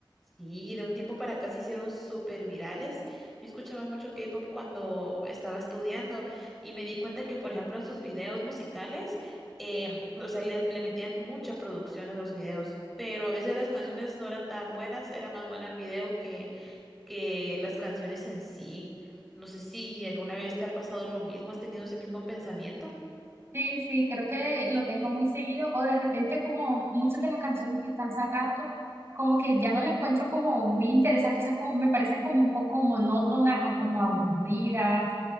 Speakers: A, in the centre; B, on the right.
A: Sí, de un tiempo para acá se hicieron súper virales. Yo escuchaba mucho K-pop cuando estaba estudiando y me di cuenta que, por ejemplo, en sus videos musicales, em, o sea, le, le metían mucha producción a los videos, pero a veces las canciones no eran tan buenas, era más buena el video que, que las canciones en sí. No sé si alguna vez te ha pasado lo mismo, has tenido ese mismo pensamiento.
B: Sí, sí, creo que lo tengo muy seguido. O de repente como muchas de las canciones que están sacando, como que ya no las encuentro como muy interesantes, o sea, como me parecen como un poco monótonas, a- como aburridas,